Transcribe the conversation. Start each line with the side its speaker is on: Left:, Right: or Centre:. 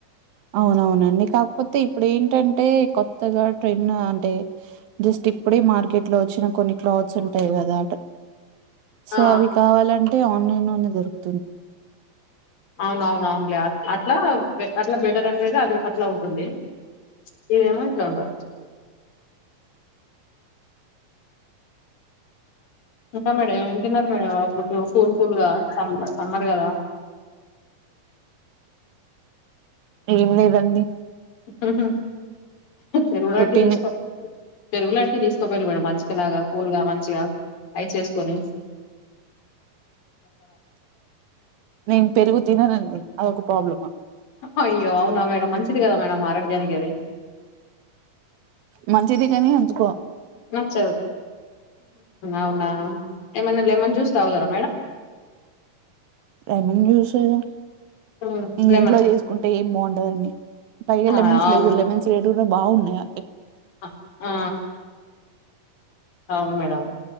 Right: అవునవునండి, కాకపోతే ఇప్పుడు ఏంటంటే కొత్తగా ట్రెన్ అంటే జస్ట్ ఇప్పుడే మార్కెట్ లో వచ్చిన కొన్ని క్లాత్స్ ఉంటాయ్, కదా అట సో
Left: ఆ
Right: అవి కావాలం ఆన్లైన్ నొ దొరుక్
Left: అవునవునవునుల్లే అట్ అట్లా పె పెడ్ రవుండేది. అ అట్లా ఉంటుంది. ఇదేమో ఇట్లా ఉంటది ఇంత మేడం తిన్నారు మేడమ్ ఫుడ్డు కూల్ కూల్గా సమ్ మ్మర్ కదా
Right: ఏం లేదండి.
Left: హుహు పెరువాటిది
Right: రొటీన్
Left: ఇష్టం పెరుగులాంటి దిస్ తొపెలి మేడం మంచ్చిక లాగా కూల్గా మంచిగా అయి చేసుకోని
Right: నేను పెరుగు తిననండి అదొక ప్రాబ్లమ
Left: అయ్యో అవునా మేడం మంచిది కదా మేడం ఆరగ్యానికి అది
Right: మంచిది కాని ఎందుకో
Left: నచ్చదు అవునా ఏమన్నా లెమన్ జ్యూస్ తాగుతార
Right: లెమన్ జ్యూస్ ఉమ్
Left: హ్మ్.
Right: ఇవి
Left: లెమన్
Right: ఇంట్లో చేసుకుంటే ఏం బాగుండదని పైగా
Left: ఆ
Right: లెమన్స్
Left: అవును
Right: లే లెమన్స్ లే డుర్ర బాగున్నాయ
Left: ఆ అవును మేడం